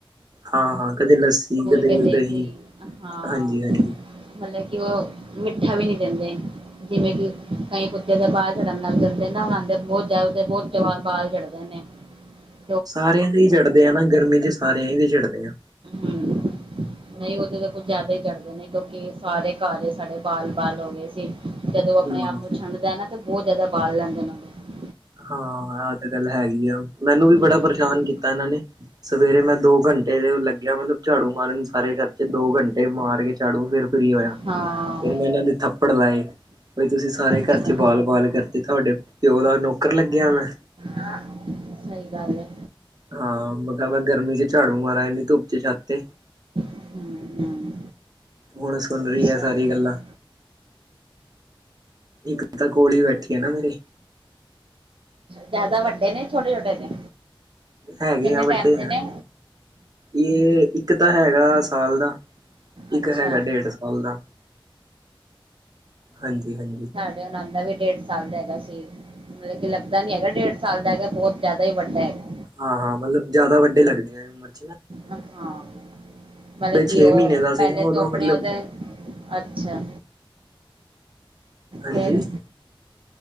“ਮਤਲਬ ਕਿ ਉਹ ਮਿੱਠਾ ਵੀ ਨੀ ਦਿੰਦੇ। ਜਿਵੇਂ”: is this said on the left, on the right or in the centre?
Right